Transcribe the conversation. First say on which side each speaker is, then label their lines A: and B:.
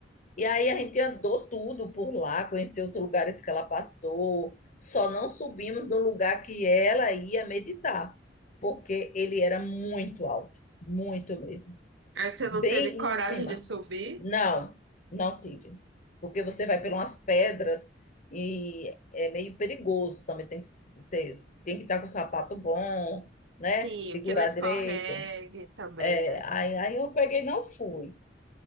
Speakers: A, on the left; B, on the right.
A: E aí a gente andou tudo por lá, conheceu os lugares que ela passou. Só não subimos no lugar que ela ia meditar, porque ele era muito alto, muito mesmo
B: Aí você não
A: bem
B: teve coragem
A: em cima.
B: de subir?
A: Não, não tive. Porque você vai por umas pedras e é meio perigoso também. Tem que ser, tem que estar com o sapato bom, né?
B: Sim,
A: Segurar
B: o que não escorregue
A: a direita.
B: também,
A: É,
B: né?
A: Aí, aí eu peguei e não fui.